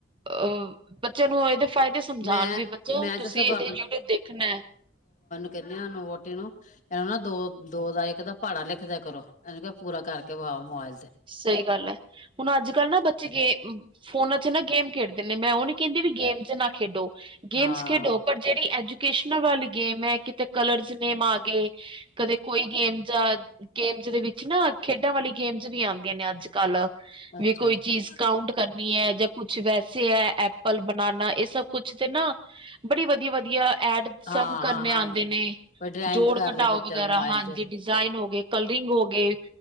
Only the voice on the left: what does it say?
ਮੈਂ
ਮੈਂ
ਤਾਂ ਸਗੋਂ
ਕਹਿੰਦੇ ਹੂੰ ਵੋਟੀ ਨੂੰ ਇਹ ਨਾ ਦੋ ਦੋ ਦਾ ਇੱਕ ਦਾ ਪੜਾ ਲਿਖਦਾ ਕਰੋ ਇਹਨੂੰ ਕਿਹਾ ਪੂਰਾ ਕਰਕੇ ਵ ਮੁਆਜ਼
ਹਾਂ
ਅੱਛਾ
ਅੱਛਾ
ਹਾਂ
ਹਾਂ ਹਾਂ
ਕੋਈ ਡਰਾਇੰਗ
ਕਰ
ਲਏ ਬੱਚਾ
ਮੋਬਾਇਲ
ਚ